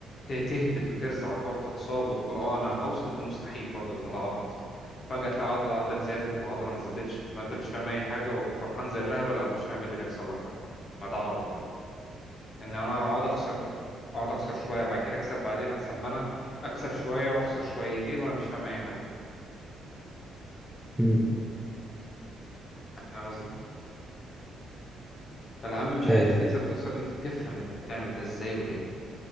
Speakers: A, on the left (about 50°); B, in the centre.
A: ت- تهبد وترزع وتقعد تتصاب وتقول اه انا هوصل ده مستحيل برضه الموضوع عبط وفجأة تلاقي عضلة عندك زادت وعضلة ما زادتش وتبقى انت مش فاهم اي حاجة وفرحان زي الهبل او مش فاهم ايه اللي بيحصل لك حتى ما ده عبط برضه ان انا اقعد اخسر اقعد اخسر شويه وبعد كده اكسب بعدين احسن ما انا اكسب شويه واخسر شويتين وانا مش فاهم اي حاجه
B: <laughs>
A: فاهم قصدي فالاهم من
B: مش عارف
A: ان انت تكسب وتخسر ان انت تفهم انت بتعمل ده ازاي وليه